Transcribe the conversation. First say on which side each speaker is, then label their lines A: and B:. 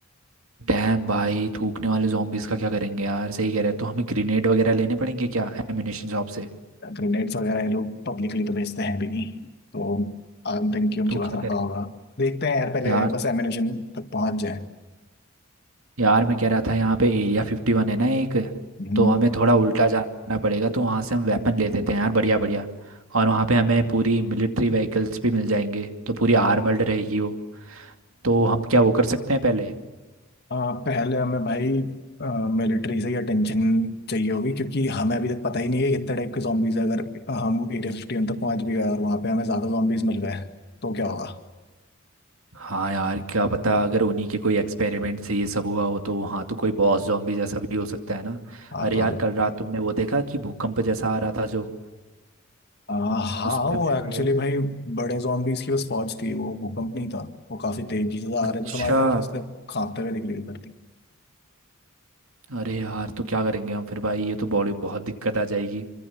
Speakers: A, on the right; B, on the left.
A: डैम भाई थूकने वाले zombies का क्या करेंगे यार सही कह रहे हैं तो हमें ग्रेनेड वगैरह लेने पड़ेंगे क्या एम्यूनेशन शॉप से
B: ग्रेनेड्स वगैरह ये लोग पब्लिकली तो भेजते हैं भी नहीं तो आई डोंट थिंक कि उनके
A: तो
B: पास
A: क्या
B: रखा
A: करें
B: होगा देखते हैं यार पहले
A: यार
B: बस एमिनेशन तक पहुंच
A: यार मैं कह रहा था यहाँ पे एरिया फिफ्टी वन है ना एक
B: जाए
A: तो हमें थोड़ा उल्टा जाना पड़ेगा तो वहाँ से हम वेपन ले लेते हैं यार बढ़िया बढ़िया और वहाँ पे हमें पूरी मिलिट्री व्हीकल्स भी मिल जाएंगे तो पूरी आर्मर्ड रहेगी वो तो हम क्या वो कर सकते हैं पहले
B: आ, पहले हमें भाई मिलिट्री से ही अटेंशन चाहिए होगी क्योंकि हमें अभी तक पता ही नहीं है कितने टाइप के जॉम्बीज है अगर हम एरिया फिफ्टी वन तक पहुंच भी गए और वहां पे हमें ज्यादा जॉम्बीज मिल गए तो क्या होगा
A: हाँ यार क्या पता अगर उन्हीं के कोई एक्सपेरिमेंट से ये सब हुआ हो तो वहाँ तो कोई बॉस जॉम्बी जैसा भी हो सकता है ना
B: हाँ
A: अरे
B: तो
A: यार
B: अगर
A: कल रात तुमने वो देखा कि भूकंप जैसा आ रहा था जो
B: आ, हाँ
A: उस पे
B: वो
A: मैंने
B: एक्चुअली भाई बड़े जॉम्बीज की बस फौज थी वो भूकंप नहीं था वो काफी तेजी से
A: अच्छा
B: आ रहे थे तुम्हारी तरफ इसलिए कांपते हुए दिख रही थी
A: अरे यार तो क्या करेंगे हम फिर भाई ये तो बड़ी बहुत दिक्कत आ जाएगी